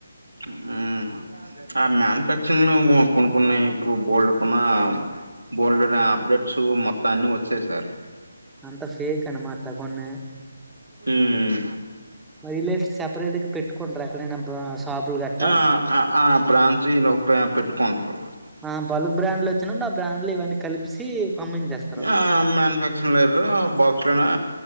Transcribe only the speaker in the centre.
అంత ఫేక్ అనమాట కొన్ని
మ ఇలేటి సెపరేట్ గ్ పెట్టుకుంట్ర ఎక్కడైనా షాపులు గట్టా
ఆ బల్క్ బ్రాండ్లు వచ్చినపుడు ఆ బ్రాండ్లు ఇవన్నీ కలిసి పంపించేస్తారు